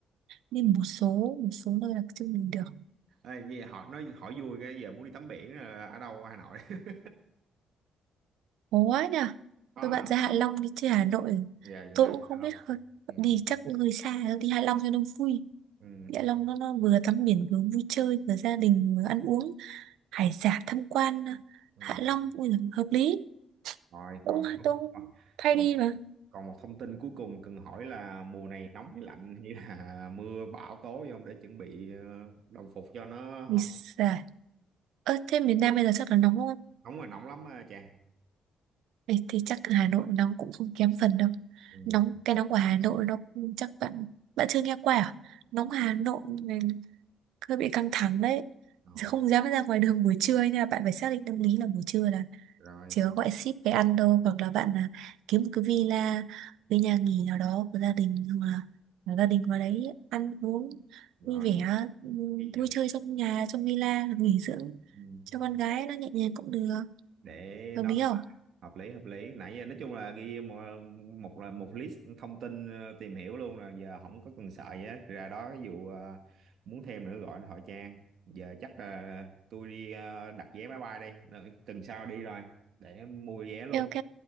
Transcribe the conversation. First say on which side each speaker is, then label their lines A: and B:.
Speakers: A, on the right; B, on the right.
A: đi một số một số nơi là chưa mình được
B: Ê, nghe hỏi nói hỏi vui cái giờ muốn đi tắm biển ờ, ở đâu ở Hà Nội <laughs>
A: Ủa nhỉ?
B: có
A: Tôi
B: hả?
A: bạn ra Hạ Long đi chơi Hà Nội.
B: Dạ dạ
A: Tôi cũng không
B: không.
A: biết hơn.
B: Ừ.
A: Đi chắc người xa đi Hạ Long cho nó vui.
B: Ừ.
A: Đi Hạ Long nó, nó vừa tắm biển vừa vui chơi vừa gia đình vừa ăn uống hải sản tham quan
B: Ừ.
A: Hạ Long ui, giời, hợp lý.
B: Rồi
A: đúng
B: còn
A: Cũng tôi cũng
B: à,
A: thay
B: còn
A: đi mà.
B: còn một thông tin cuối cùng cần hỏi là mùa này nóng hay lạnh hay là <laughs> mưa bão tố gì không để chuẩn bị ờ, đồng phục cho nó
A: Vì xài. Ơ thế miền Nam bây giờ chắc là nóng đúng không?
B: nóng là nóng lắm á Trang.
A: Ê, thì chắc là Hà Nội nóng cũng không kém phần đâu.
B: Ừ.
A: Nóng cái nóng của Hà Nội nó chắc bạn bạn chưa nghe qua à? Nóng Hà Nội này hơi bị căng thẳng đấy
B: Ồ,
A: Giờ không dám ra ngoài đường buổi trưa ấy, nên là bạn phải xác định tâm lý là buổi trưa là
B: rồi
A: chỉ có gọi ship về ăn đâu hoặc là bạn là kiếm một cái villa cái nhà nghỉ nào đó của gia đình hoặc là là gia đình vào đấy ăn uống
B: rồi
A: vui vẻ ừm,
B: ghi
A: vui
B: nhận.
A: chơi trong nhà trong villa là nghỉ dưỡng
B: Ừ.
A: cho
B: Ok.
A: con gái nó nhẹ nhàng cũng được
B: Để
A: hợp
B: nói
A: lý không
B: hợp lý hợp lý nãy giờ nói chung là ghi một một là một list thông tin ờ, tìm hiểu luôn rồi giờ không có cần sợ gì hết ra đó ví dụ ờ, muốn thêm nữa gọi hỏi Trang giờ chắc là tôi đi ờ, đặt vé máy bay đây Đợi tuần sau đi rồi để mua vé luôn
A: ok ok